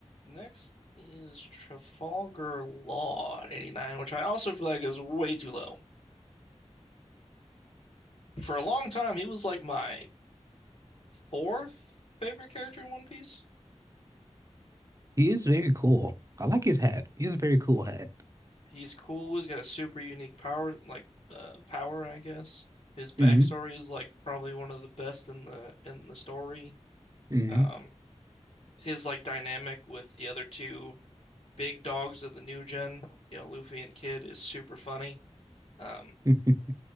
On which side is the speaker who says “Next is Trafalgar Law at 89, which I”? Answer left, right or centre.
Left